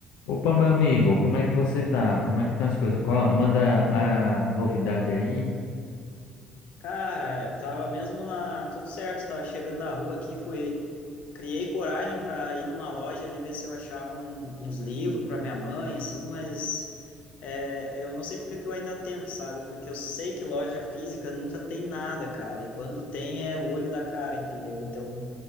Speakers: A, on the left; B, on the left.
A: Opa, meu amigo, como é que você tá? Como é que estão as coisas? Qual- manda a novidade aí.
B: Cara, eu tava mesmo na. Tudo certo, tava chegando na rua aqui, fui. Criei coragem para ir numa loja ali ver se eu achava um- uns livros para minha mãe, assim, mas é, eu não sei porque que eu ainda tento, sabe? Porque eu sei que loja física nunca tem nada, cara, e quando tem é o olho da cara, entendeu? Então